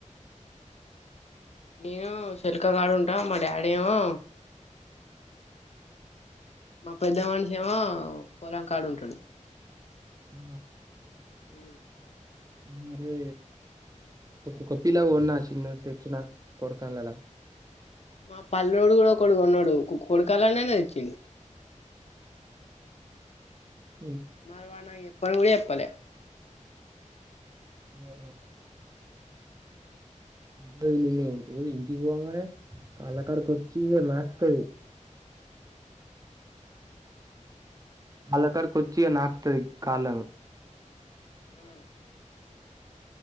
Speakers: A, on the left; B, on the right.
A: నేను శల్కగాడు ఉంటాం మా డాడీ ఏమో మా పెద్ద మనిషిేమో పొలం కాళ ఉంటాడు
B: ఆ
A: ఉ
B: మరి ఒక పిలా ఉన్నా చిన్న తెచ్చిన కొరకన్లలా
A: మా పల్ోడు కూడా కొడు ఉన్నాడు కొడుకాలనేనే తెచ్చి
B: అ
A: మరవాన ఎప్ప విడి ఎప్పలే
B: ఆ ఎ ని ఇ ఇంగానే కళకార కొచ్చ నాకుత యి అళ్ళక్కడకి వచ్చి నాకుది కాల
A: అ